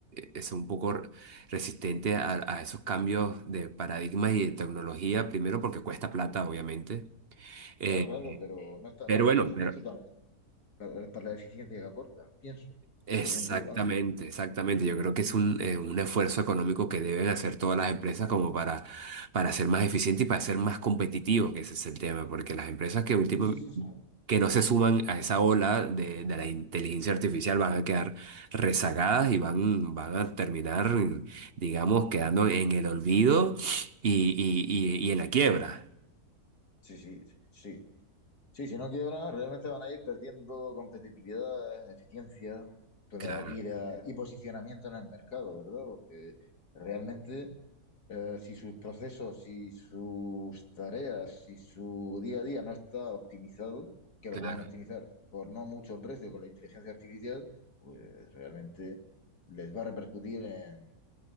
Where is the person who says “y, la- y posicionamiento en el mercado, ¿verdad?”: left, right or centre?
Left